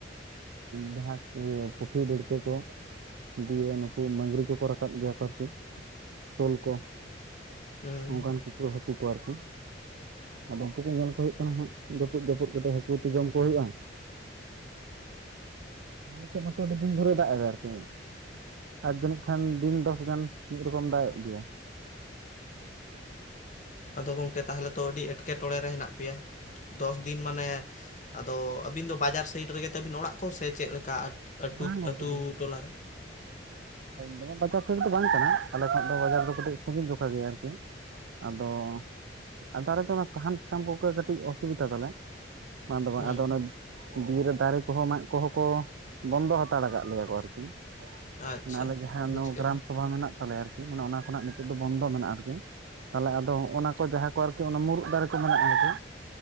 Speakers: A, on the right; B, on the left.
A: ᱡᱟᱦᱟᱸ ᱤᱭᱟ ᱯᱩᱴᱷᱤ ᱫᱟᱲᱠᱟᱹ ᱠᱚ ᱫᱤᱭᱮ ᱱᱩᱠᱩ ᱢᱟᱝᱨᱤ ᱠᱚᱠᱚ ᱨᱟᱠᱟᱵ ᱜᱮᱭᱟ ᱠᱚ ᱟᱨᱠᱤ ᱥᱳᱞ ᱠᱚ᱾
B: ᱦᱩᱸ
A: ᱚᱝᱠᱟᱱ ᱠᱩᱠᱩ ᱦᱟᱹᱠᱩ ᱠᱚ ᱟᱨ ᱠᱤ᱾ ᱟᱫᱚ ᱩᱝᱠᱩ ᱫᱚ ᱧᱮᱞ ᱠᱚ ᱦᱩᱭᱩᱜ ᱠᱟᱱᱟ ᱦᱟᱸᱜ ᱡᱟᱹᱯᱩᱫ ᱡᱟᱸᱯᱩᱫ ᱠᱟᱛᱮᱜ ᱦᱟᱹᱠᱩ ᱛᱮ ᱡᱚᱢ ᱠᱚ ᱦᱩᱭᱩᱜ-ᱟ᱾ ᱟᱞᱮ ᱥᱮᱫ ᱢᱟᱛᱚ ᱟᱹᱰᱤ ᱫᱤᱱ ᱫᱷᱚᱨᱮᱭ ᱫᱟᱜ ᱮᱫᱟ ᱟᱨᱠᱤ᱾ ᱟᱨ ᱡᱟᱹᱱᱤᱡ ᱠᱷᱟᱱ ᱫᱤᱱ ᱫᱚᱥ ᱜᱟᱱ ᱢᱤᱫ ᱨᱚᱠᱚᱢ ᱫᱟᱜ ᱮᱜ ᱜᱮᱭᱟᱭ᱾
B: ᱟᱫᱚ ᱜᱚᱝᱠᱮ ᱛᱟᱦᱚᱞᱮ ᱛᱚ ᱟᱹᱰᱤ ᱮᱸᱴᱠᱮᱴᱚᱲᱮ ᱨᱮ ᱦᱮᱱᱟᱜᱮ ᱯᱮᱭᱟ ᱫᱚᱥ ᱫᱤᱱ ᱢᱟᱱᱮ, ᱟᱫᱚ ᱟᱹᱵᱤᱱ ᱫᱚ ᱵᱟᱡᱟᱨ ᱥᱟᱭᱤᱰ ᱨᱮᱜᱮ ᱛᱟᱵᱤᱱ ᱚᱲᱟᱜ ᱠᱚ ᱥᱮ ᱪᱮᱫ ᱞᱮᱠᱟ ᱟᱛ ᱟᱴᱩᱛ
A: ᱵᱟᱝ ᱜᱚᱝᱠᱮ
B: ᱟᱹᱛᱩ
A: ᱫᱚᱢᱮ
B: ᱴᱚᱞᱟ ᱨᱮ?
A: ᱫᱚᱢᱮ ᱵᱟᱡᱟᱨ ᱥᱮᱫ ᱫᱚ ᱵᱟᱝ ᱠᱟᱱᱟ, ᱟᱞᱮ ᱠᱷᱚᱱᱟᱜ ᱫᱚ ᱵᱟᱡᱟᱨ ᱫᱚ ᱠᱟᱹᱴᱤᱡ ᱥᱟᱺᱜᱤᱧ ᱡᱚᱠᱷᱟ ᱜᱮᱭᱟ ᱟᱨᱠᱤ᱾ ᱟᱫᱚ ᱟᱫᱚ ᱟᱞᱮ ᱫᱚ ᱚᱱᱟ ᱥᱟᱦᱟᱱ ᱥᱟᱠᱟᱢ ᱠᱚᱜᱮ ᱠᱟᱹᱴᱤᱡ ᱚᱥᱩᱵᱤᱫᱷᱟ ᱛᱟᱞᱮ᱾ ᱵᱟᱝ ᱫᱚ ᱵᱟᱝ
B: ᱦᱩᱸ
A: ᱟᱫᱚ ᱚᱱᱮ ᱵᱤᱨ ᱨᱮ ᱫᱟᱨᱮ ᱠᱚᱦᱚᱸ ᱢᱟᱜ ᱠᱚᱦᱚᱸ ᱠᱚ ᱵᱚᱱᱫᱚ ᱦᱟᱛᱟᱲ ᱟᱠᱟᱫ ᱞᱮᱭᱟ ᱠᱚ ᱟᱨᱠᱤ᱾
B: ᱟᱪᱪᱷᱟ
A: ᱢᱟᱱᱮ ᱟᱞᱮ ᱡᱟᱦᱟᱸ
B: ᱵᱩᱡᱽ
A: ᱱᱳ-ᱜᱨᱟᱢ
B: ᱠᱮᱜᱼᱟ ᱞᱤᱧ
A: ᱥᱚᱵᱷᱟ ᱢᱮᱱᱟᱜ ᱛᱟᱞᱮᱭᱟ ᱟᱨᱠᱤ ᱢᱟᱱᱮ ᱚᱱᱟ ᱠᱷᱚᱱᱟᱜ ᱱᱤᱛᱚᱜ ᱫᱚ ᱵᱚᱱᱫᱚ ᱢᱮᱱᱟᱜ-ᱟ ᱟᱨᱠᱤ᱾ ᱛᱟᱦᱚᱞᱮ ᱟᱫᱚ ᱦᱚᱜ-ᱱᱟ ᱠᱚ ᱡᱟᱦᱟᱸ ᱠᱚ ᱟᱨᱠᱤ ᱚᱱᱟ ᱢᱩᱨᱩᱫ ᱫᱟᱨᱮ ᱠᱚ ᱢᱮᱱᱟᱜ-ᱟ ᱟᱨᱠᱤ,